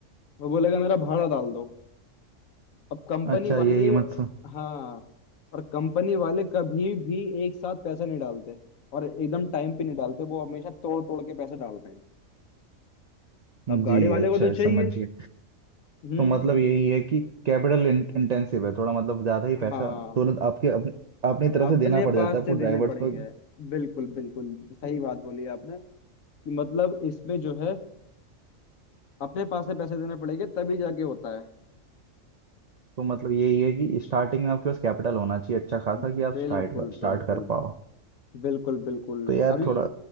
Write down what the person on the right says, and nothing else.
अच्छा
ये हिम्मत स-
जी
अच्छा
समझ गए
तो मतलब
यही है कि कैपिटल इंटेंसिव है थोड़ा मतलब ज़्यादा ही पैसा
तुरंत आपके अपने अपनी तरफ
से देना पड़
जाता है आपको
ड्राइवर्स
को
तो मतलब यही है कि स्टार्टिंग में आपके पास कैपिटल होना चाहिए अच्छा खासा
कि आप स्टार्ट कर स्टार्ट
कर पाओ
तो यार
थोड़ा